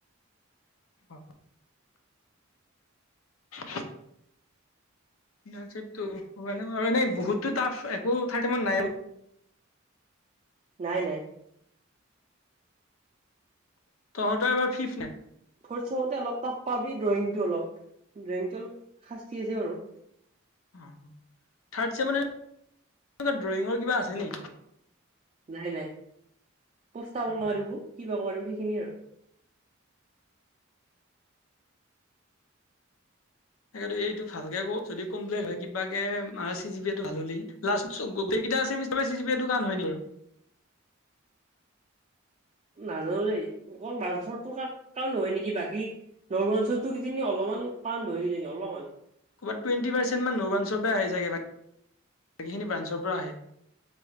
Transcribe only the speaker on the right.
নাই নাই
ফ্ৰট চেমত অলপ টাফ পাবি ড্ৰয়িং টো অলপ ড্ৰয়িং টো অলপ শাস্তি আছে বাৰু
নাই নাই পস্তাব
নোৱাৰিবো কিবা কৰিব সেইখিনি আৰু
নাজানো দেই অকল মাৰ্চতো কাৰ নহয় নেকি বাকী নৰমঞ্চতো কিজানি অলপমান টান হয় কিজানি অলপমান